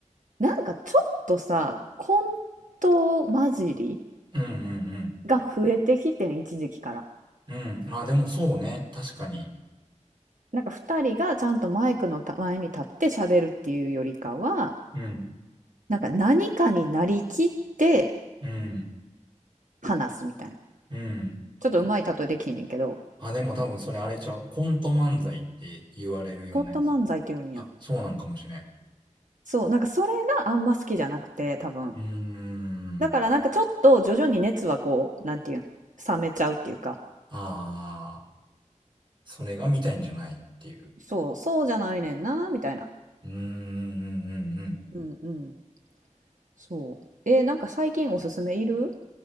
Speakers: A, on the right (about 75°); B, on the right (about 40°).
A: なんかちょっとさ、コント混じり
B: うん、うん、うん。
A: が増えてきてん、一時期から。
B: うん、あ、でもそうね。確かに。
A: なんか2人がちゃんとマイクの前に立って喋るっていうよりかは
B: うん、
A: なんか何かになりきって
B: うん、
A: 話すみたいな
B: うん。
A: ちょっとうまい例えできひんねんけど
B: あ、でも多分それあれちゃう。コント漫才って言われるようなやつ。
A: コント漫才って言うんや
B: あ、そうなんかもしれん。
A: そうなんかそれがあんま好きじゃなくて多分
B: うーん。
A: だからなんかちょっと徐々に熱はこうなんていうん冷めちゃうっていうか
B: ああ、それが見たいんじゃないっていう。
A: そうそうじゃないねんなみたいな
B: うーん、うんうんうん。
A: うんうんそうえーなんか最近おすすめいる